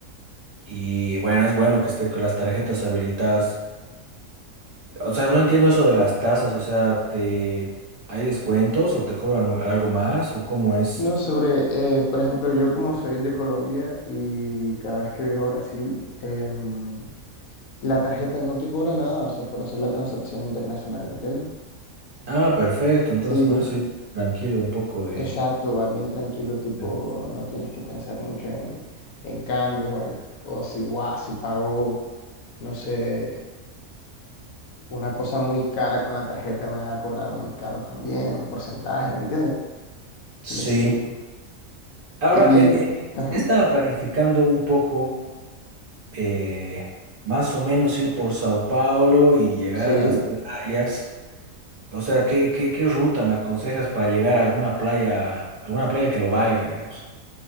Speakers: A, on the right; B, on the left.
A: Y bueno, es bueno que esté con las tarjetas habilitadas. O sea, no entiendo eso de las tasas, o sea, te... ¿hay descuentos o te cobran un- algo más o cómo es?
B: No, sobre, eh, por ejemplo, yo como soy de Colombia y cada vez que viajo a Brasil, em, la tarjeta no te cobra nada, o sea, por hacer la transacción internacional, ¿me entiendes?
A: Ah, perfecto, entonces
B: Sí,
A: con eso yo tranquilo un poco de...
B: exacto, vas bien tranquilo, tipo,
A: de-
B: no tienes que pensar mucho en, en cambios o, en, o si, guau, si pago, no sé, una cosa muy cara con la tarjeta me va a cobrar muy caro también, un porcentaje, ¿me entiendes?
A: Sí.
B: De ese tipo.
A: Ahora,
B: Y,
A: en, en mi plan
B: ajá,
A: estaba planificando un poco eh, más o menos ir por Sao Paulo y llegar
B: sí.
A: a las playas. O sea, ¿qué, qué, qué ruta me aconsejas para llegar a alguna playa, alguna playa que lo valga, digamos?